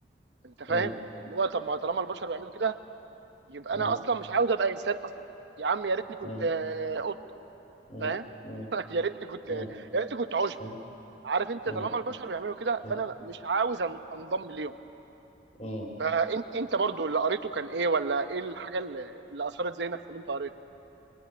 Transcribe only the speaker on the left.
مم،
مم.
مم.
اه
اه
اه
اه
اه
اه
اه